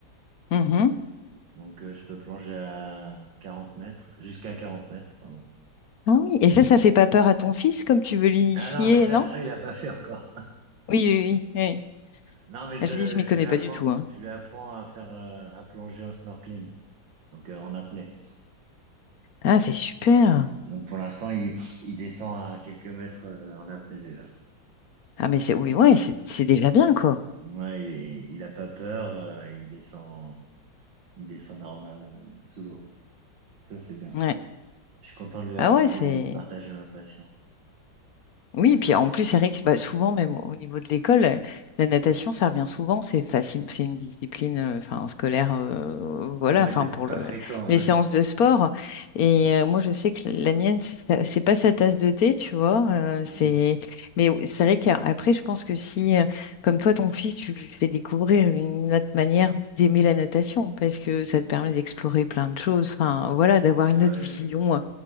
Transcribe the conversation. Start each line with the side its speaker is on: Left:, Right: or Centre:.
Left: Mhm.
Right: donc euh, je peux plonger à 40 mètres, jusqu'à 40 mètres. pardon.
Left: Ah oui, et ça, ça fait pas peur à ton fils comme tu veux l'initier,
Right: Ah non, mais ça,
Left: non?
Right: ça il a pas fait encore.
Left: Oui, oui, oui. oui.
Right: Non, mais je,
Left: Ah, Je
Right: le-
Left: dis, je m'y
Right: je
Left: connais
Right: lui apprends,
Left: pas du tout, hein.
Right: je lui apprends à faire euh, à plonger en snorkeling, donc euh, en apnée.
Left: Ah, c'est super.
Right: Donc pour l'instant il, il descend à quelques mètres euh, en apnée déjà.
Left: Ah, mais c'est oui, ouais, c'est c'est déjà bien, quoi.
Right: Ouais, il, il a pas peur, euh, il descend, il descend normal euh, sous l'eau. Ça c'est bien.
Left: Ouais.
Right: Je suis content de lui avoir
Left: Ah ouais,
Right: de
Left: c'est.
Right: partager ma passion.
Left: Oui, puis en plus, Eric, bah, souvent, même au niveau de l'école, euh, la natation, ça revient souvent. C'est facile, c'est une discipline, euh, enfin, scolaire, euh, voilà,
Right: Ouais,
Left: enfin,
Right: c'est
Left: pour
Right: pas
Left: le-
Right: fréquent,
Left: les
Right: ouais.
Left: séances de sport. Et euh, moi, je sais que la mienne, c'est ça- c'est pas sa tasse de thé, tu vois. euh,
Right: Mhm.
Left: c'est, mais oui, c'est vrai qu'après, je pense que si, euh, comme toi, ton fils, tu lui fais découvrir une autre manière d'aimer la natation, parce que ça te permet d'explorer plein de choses, enfin, voilà, d'avoir
Right: Ah
Left: une autre
Right: ouais,
Left: vision
Right: ouais.